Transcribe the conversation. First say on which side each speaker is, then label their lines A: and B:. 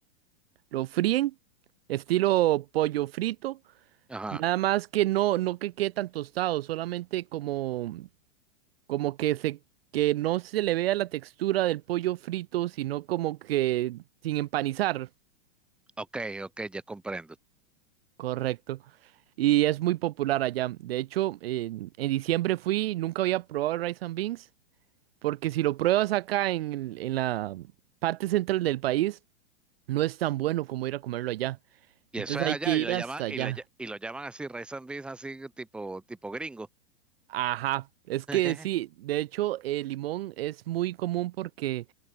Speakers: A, on the right; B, in the centre.
A: lo fríen, estilo pollo frito.
B: Ajá.
A: Nada más que no, no que quede tan tostado, solamente como como que se que no se le vea la textura del pollo frito, sino como que sin empanizar,
B: Ok, ok, ya comprendo.
A: correcto. Y es muy popular allá. De hecho, en en diciembre fui, nunca había probado el rice and beans, porque si lo pruebas acá en, el- en la parte central del país, no es tan bueno como ir a comerlo allá.
B: Y
A: Entonces
B: eso es
A: hay
B: allá,
A: que ir
B: y lo llaman,
A: hasta allá.
B: y, le ll- y lo llaman así, race and beans, así tipo, tipo gringo.
A: Ajá, es
B: <laughs>
A: que sí, de hecho, el limón es muy común porque